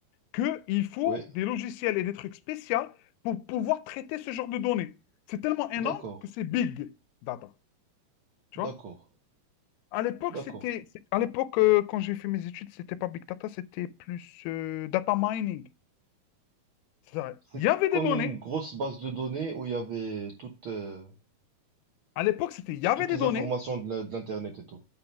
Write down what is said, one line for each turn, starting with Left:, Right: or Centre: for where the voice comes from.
Left: qu'il faut
Right: ouais.
Left: des logiciels et des trucs spéciaux pour pouvoir traiter ce genre de données. C'est tellement énorme
Right: D'accord.
Left: que c'est big data, tu
Right: D'accord.
Left: vois? À l'époque,
Right: D'accord.
Left: c'était, c'est- à l'époque, euh, quand j'ai fait mes études, c'était pas big data, c'était plus euh, data mining. C'est-à-dire,
Right: C'est
Left: Il y avait
Right: comme
Left: des données.
Right: une grosse base de données où il y avait toutes... euh,
Left: À l'époque, c'était, il y avait
Right: Toutes
Left: des
Right: les
Left: données.
Right: informations de la- de l'Internet et tout.